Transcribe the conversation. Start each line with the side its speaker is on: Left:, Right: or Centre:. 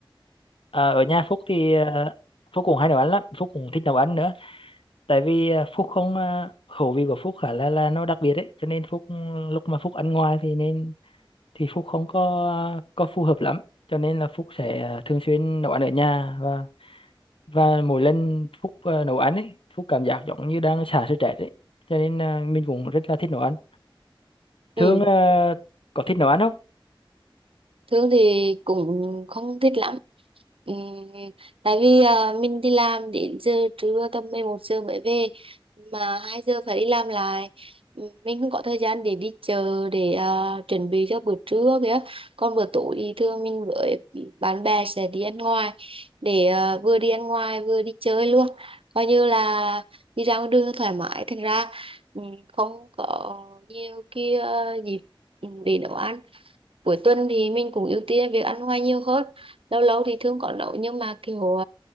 Left: à, ở nhà Phúc thì ờ, Phúc cũng hay nấu ăn lắm Phúc cũng thích nấu ăn nữa tại vì à, Phúc không à, khẩu vị của Phúc khá là là nó đặc biệt đấy cho nên Phúc ừ, lúc mà Phúc ăn ngoài thì nên thì Phúc không có có phù hợp lắm cho nên là Phúc sẽ à, thường xuyên nấu ăn ở nhà và và mỗi lần Phúc à, nấu ăn ấy Phúc cảm giác giống như đang xả stress ấy cho nên à, mình cũng rất là thích nấu ăn Thương
Right: ừ.
Left: à, có thích nấu ăn không
Right: Thương thì cũng không thích lắm. Ừm, tại vì à, mình đi làm đến giờ trưa tầm 11 giờ mới về mà 2 giờ phải đi làm lại. Ừm, Mình không có thời gian để đi chợ để à, chuẩn bị cho bữa trưa kìa. Còn bữa tối thì thường mình với bạn bè sẽ đi ăn ngoài để à, vừa đi ăn ngoài vừa đi chơi luôn. Coi như là đi ra ngoài đường thoải mái thành ra ừm, không có nhiều kia dịp để nấu ăn cuối tuần thì mình cũng ưu tiên việc ăn ngoài nhiều hơn lâu lâu thì thường có nấu nhưng mà kiểu